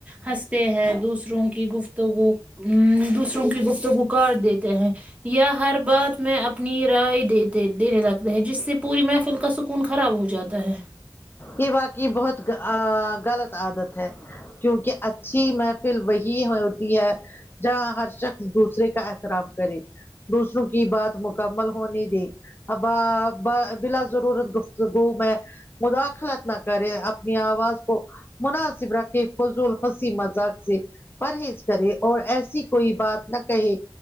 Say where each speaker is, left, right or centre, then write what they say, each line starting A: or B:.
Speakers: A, on the right (about 15°); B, on the left (about 25°).
A: ہنستے ہیں دوسروں کی گفتگو ا دوسروں کی گفتوں کو کاٹ دیتے ہیں یا ہر بات میں اپنی رائے دیتے دینے لگتے ہیں جس سے پوری محفل کا سکون خراب ہو جاتا ہے
B: یہ باقی بہت غلط آادت ہے کیونکہ اچھی محفل وہی ہوتی ہے جہاں ہر شخص دوسرے کا احترام کرے دوسروں کی بات مکمل ہونی دی اب بلا ضرورت گفتگو میں مداخلہ کرے اپنی آواز کو مناسب رکھے فضول ہنسی مذاق سے پرہیز کرے اور ایسی کوئی بات نہ کہے